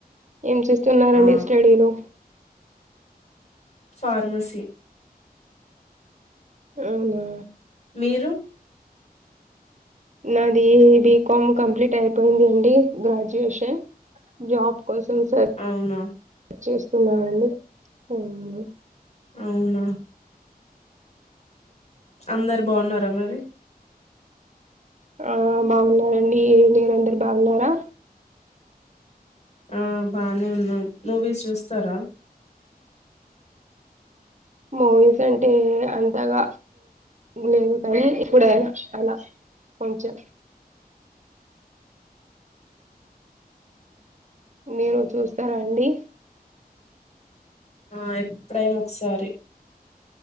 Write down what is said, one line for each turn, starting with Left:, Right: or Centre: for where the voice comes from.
Right: ఏం చేస్తున్నారండి
Left: ఆ
Right: స్టడీలో
Left: ఫార్మసి
Right: అవునా
Left: మీరు
Right: నాది బీకామ్ కంప్లీట్ అయిపోయింది అండి గ్రాడ్యుయేషన్ జాబ్ కోసం సెర్
Left: అవునా
Right: చేస్తూ సున్నామన్న
Left: అవునా అందరు బాన్న అ మరి
Right: ఆ బాగున్నారండి నీరందరు బాన్నారా
Left: ఆ బానే ఉన్నాం మూవీస్ చూస్తారా
Right: మూవీస్ అంటే అంతగా లేదు కానీ ఇప్పుడైనా అలా కొంచెం మీరు చూస్తారా అండి
Left: ఆ ఎప్పుడైనా ఒకసారి